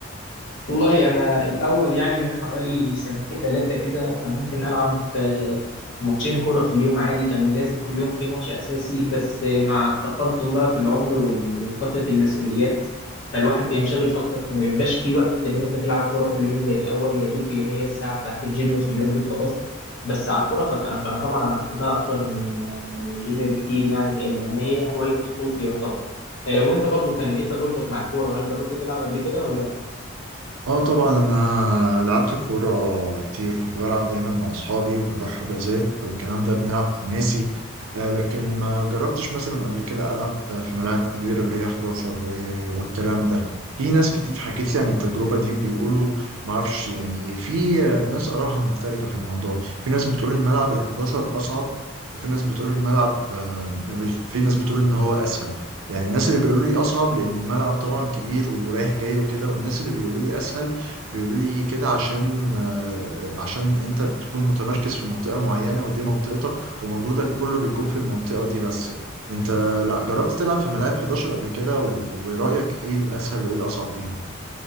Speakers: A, on the left (about 65°); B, on the right (about 85°).
A: والله أنا الأول يعني من حوالي سنتين ثلاثة كده كان ممكن ألعب آه، ماتشين كورة في اليوم عادي كان لازم كل يوم في ماتش أساسي بس آه، مع التقدم بقى في العمر وال- وكثرة المسؤوليات فالواحد بينشغل أكتر ما بيبقاش في وقت إن أنت تلعب كورة كل يوم زي الأول يا دوب بيبقى هي الساعة بتاعت الجيم في اليوم دي وخلاص بس على الكورة فت- فأنا طبعا أنا بحبها أكتر من آه، من الجيم بكتير يعني لأن هي هواية طفولتي يعتبر آه، وأنت برضو كان إيه تجربتك مع الكورة هل جربت تلعب قبل كده ولا لأ؟
B: اه طبعا انا لعبت كوره كتير كنت بلعب دايما مع اصحابي وبنروح حجازات والكلام ده بنلعب خماسي آه لكن ما جربتش مثلا قبل كده العب في ملاعب كبيره اللي هي 11 و- والكلام ده في ناس كتير حكت لي عن التجربه دي بيقولوا ما اعرفش يعني في آه، ناس آرائها مختلفه في الموضوع في ناس بتقول الملعب ال 11 اصعب وفي ناس بتقول الملعب آه، في ناس بتقول ان هو اسهل يعني الناس اللي بيقولوا لي اصعب لان الملعب طبعا كبير ورايح جاي وكده والناس اللي بيقولوا لي اسهل بيقولوا لي كده عشان آه، عشان انت بتكون متمركز في منطقة معينة ودي منطقتك ومجهودك كله بيكون في المنطقة دي بس انت لا جربت تلعب في ملاعب 11 قبل كده و- ورأيك ايه الاسهل وايه الاصعب فيهم